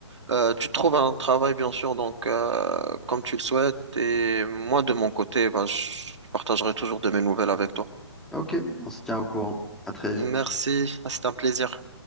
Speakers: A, on the right; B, in the centre.
A: euh, tu trouves un travail, bien sûr. Donc, euh, comme tu le souhaites. Et moi, de mon côté, bah, je partagerai toujours de mes nouvelles avec toi.
B: Ok, on se tient au courant. À très
A: Merci,
B: vite.
A: c'était un plaisir.